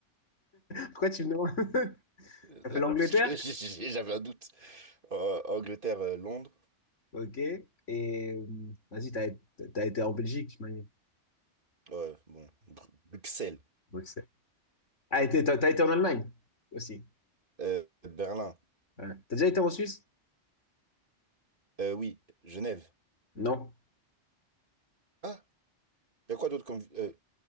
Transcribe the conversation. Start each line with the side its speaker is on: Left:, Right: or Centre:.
Left: Pourquoi tu me demandes? <laughs>
Right: Euh,
Left: T'as
Right: non,
Left: fait l'Angleterre?
Right: Parce que <laughs> j'ai- j'ai- j'avais un doute. Euh, Angleterre, euh, Londres.
Left: Ok. Et euh, vas-y, t'as t'as été en Belgique, je m'imagine.
Right: Ouais, bon. Bru- Bruxelles.
Left: Bruxelles. Ah, et t'es- t'as t'as été en Allemagne aussi.
Right: Euh, Berlin.
Left: Ouais. T'as déjà été en Suisse?
Right: Euh, oui, Genève.
Left: Non.
Right: Ah, Il y a quoi d'autre comme, euh,